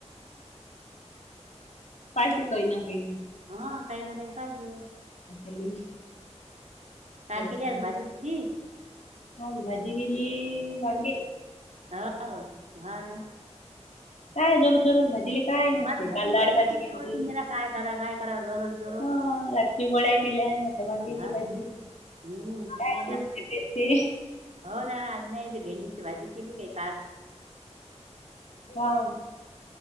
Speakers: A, on the left; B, on the right.
A: पाहिजे काही ना काही.
B: हा काही ना काही पाहिजेस.
A: अली
B: काय
A: ववसा.
B: केली आज भाजी तुझी
A: हा भाजी गेली वांगे.
B: हो हा.
A: काय दरू दरूज. काय नसते
B: मग
A: काल
B: नाही
A: ाळ भाजी
B: इथे
A: किमती
B: कोथिंबीरा काय करा काय करा दररोज दररोज
A: हा. शि वड्या केल्या ना आता वांगेची
B: हा
A: भाजी
B: हम्म
A: कायतेसते.
B: नाही आज ते- हो रा आज नाहीय तेे भेंडीची भाजी केली काय.
A: हा.